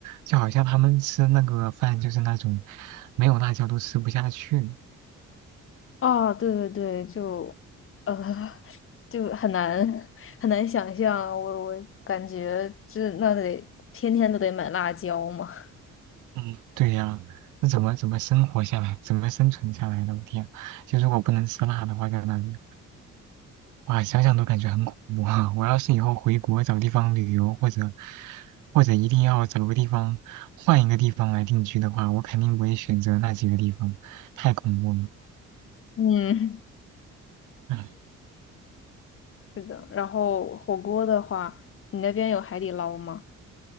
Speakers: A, on the right (about 80°); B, on the left (about 45°).
A: 就好像他们吃那个饭就是那种没有辣椒都吃不下去，
B: 啊，对对对，就，呃，就很难很难想象啊，我我感觉这那得天天都得买辣椒嘛。<laughs>
A: 嗯，对呀，那怎么怎么生活下来，怎么生存下来的？我天，就如果不能吃辣的话，在那里，哇，想想都感觉很恐怖啊！<laughs> 我要是以后回国找地方旅游，或者或者一定要找个地方换一个地方来定居的话，我肯定不会选择那几个地方，太恐怖了。
B: 嗯，
A: 唉，
B: 是的。然后火锅的话，你那边有海底捞吗？